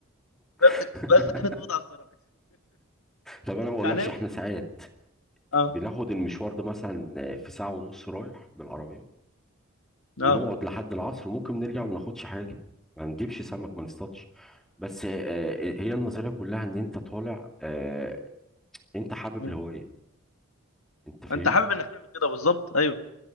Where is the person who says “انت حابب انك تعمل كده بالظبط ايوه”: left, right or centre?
Left